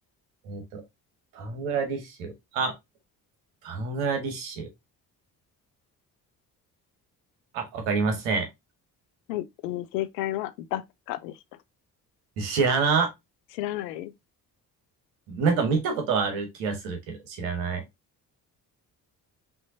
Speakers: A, on the right (about 65°); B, on the left (about 75°).
A: えっと、バングラディッシュ。あ、バングラディッシュ。あ、わかりません。
B: はい、えー正解はダッカでした。
A: 知らな。
B: 知らない
A: なんか見たことはある気がするけど、知らない。